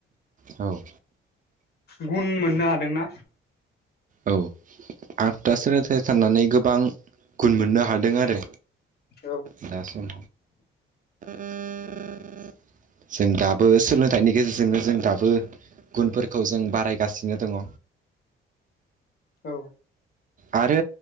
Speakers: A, on the right; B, on the left.
A: औ
B: गुन मोननो हादोंना?
A: औ आत दा सोलोंथाइ थानानै गोबां गुन मोननो हादों आरो
B: औ
A: दा सम <inaudible> जों दाबो सोलोंथाइनि गेजेरजोंनो जों दाबो गुनफोरखौ जों बारायगासिनो दङ
B: औ
A: आरो